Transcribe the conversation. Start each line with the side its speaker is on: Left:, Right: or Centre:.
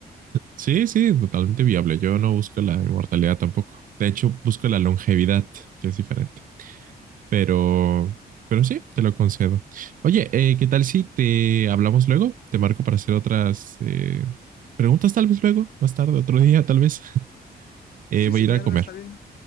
Right: Sí, sí, totalmente viable. Yo no busco la inmortalidad tampoco. De hecho, busco la longevidad, que es diferente. Pero, pero sí, te lo concedo. Oye, eh, ¿qué tal si te hablamos luego? Te marco para hacer otras eh, preguntas, tal vez luego, más tarde, otro <laughs> día, tal vez. <laughs> Eh,
Left: Sí,
Right: voy
Left: sí,
Right: a ir
Left: claro,
Right: a comer.
Left: está bien.